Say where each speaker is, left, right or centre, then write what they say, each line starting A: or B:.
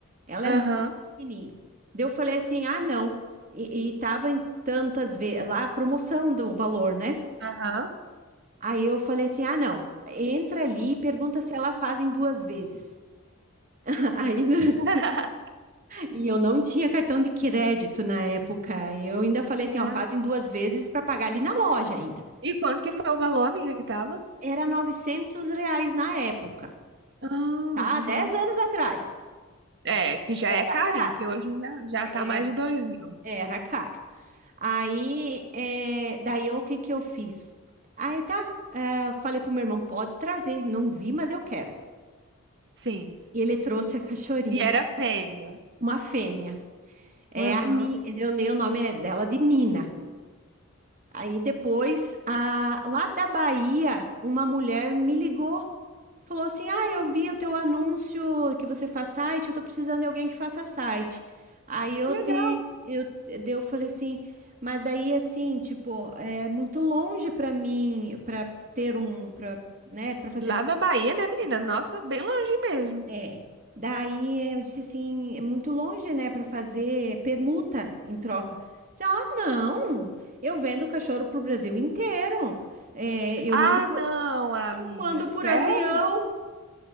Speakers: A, on the right; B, on the right.
A: Ela
B: Aham.
A: é muito pequenininha. Daí eu falei assim, ah, não. E, e tava em tantas vezes, lá a promoção do valor, né?
B: Aham.
A: Aí eu falei assim, ah, não. Entra ali e pergunta se ela faz em duas vezes. <laughs> Aí, né?
B: <laughs>
A: e eu não tinha cartão de crédito na época. Eu ainda falei assim,
B: Ah.
A: ó, faz em duas vezes para pagar ali na loja ainda.
B: E quanto que foi o valor, amiga, que tava?
A: era 900 reais na época,
B: Ah, uhum.
A: tá? 10 anos atrás.
B: É, que já
A: Era
B: é carinho,
A: caro,
B: que hoje já, já
A: era,
B: tá mais de dois mil.
A: era caro. Aí, é, daí o que que eu fiz? Aí tá, é, falei pro meu irmão, pode trazer, não vi, mas eu quero.
B: Sim.
A: E ele trouxe a cachorrinha,
B: E era fêmea.
A: uma fêmea. É
B: Aham.
A: a Ni, eu dei o nome dela de Nina. Aí depois, a- lá da Bahia, uma mulher me ligou Falou assim: Ah, eu vi o teu anúncio que você faz site, eu tô precisando de alguém que faça site. Aí eu
B: Legal.
A: te, eu, daí eu falei assim, mas aí assim, tipo, é muito longe pra mim, pra ter um, pra, né, para fazer.
B: Lá
A: tu-
B: na Bahia, né, menina? Nossa, bem longe mesmo.
A: É. Daí eu disse assim, é muito longe, né, pra fazer permuta em troca. Disse, ah, não,
B: Uhum.
A: eu vendo cachorro pro Brasil inteiro. É, eu
B: Ah,
A: mando por,
B: não, amiga.
A: eu mando
B: Sério?
A: por avião.